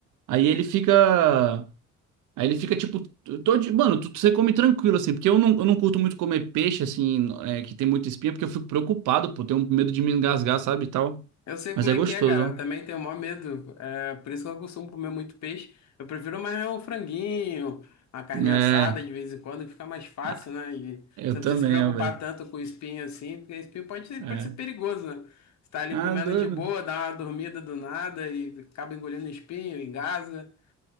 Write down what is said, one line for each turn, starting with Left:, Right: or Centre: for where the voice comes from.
Right: aí ele fica Aí ele fica tipo, todo, mano, tu, você come tranquilo, assim, porque eu não, eu não curto muito comer peixe, assim, é, que tem muita espinha, porque eu fico preocupado, pô, tenho medo de me engasgar, sabe, e tal.
Left: Eu sei
Right: Mas
Left: como
Right: é
Left: é
Right: gostoso,
Left: que é, cara. Eu também tenho o maior medo. É por isso que eu costumo comer muito peixe. Eu prefiro mais um franguinho, uma carne
Right: ó. É,
Left: assada de vez em quando, que fica mais fácil,
Right: ah,
Left: né? E
Right: eu
Left: você não
Right: também,
Left: precisa se preocupar
Right: ó, velho.
Left: tanto com o espinho assim, porque espinho pode ser,
Right: É.
Left: pode ser perigoso, né? Você tá ali
Right: Ah,
Left: comendo
Right: doido.
Left: de boa, dá uma dormida do nada e acaba engolindo espinho, engasga.